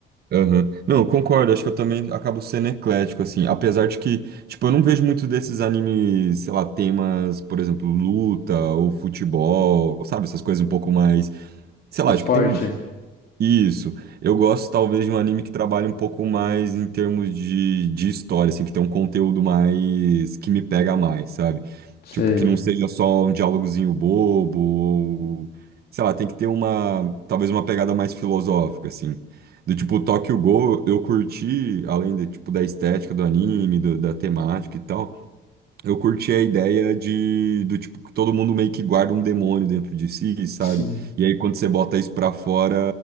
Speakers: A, on the right; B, on the left.
A: Eu- Aham. Não, eu concordo, acho que eu também acabo sendo eclético, assim, apesar de que, tipo, eu não vejo muito desses animes, sei lá, temas, por exemplo, luta ou futebol, sabe, essas coisas um pouco mais, sei lá,
B: Esporte?
A: acho que tem um Isso. Eu gosto talvez de um anime que trabalhe um pouco mais em termos de, de história, assim, que tem um conteúdo mais que me pega mais, sabe?
B: Sei.
A: Tipo, que não seja só um diálogozinho bobo, ou, sei lá, tem que ter uma, talvez uma pegada mais filosófica, assim. Do tipo, Tokyo Ghoul, eu curti, além de, tipo, da estética do anime, do- da temática e tal. Eu curti a ideia de do tipo que todo mundo meio que guarda um demônio dentro de si, sabe?
B: Sim.
A: E aí quando você bota isso pra fora,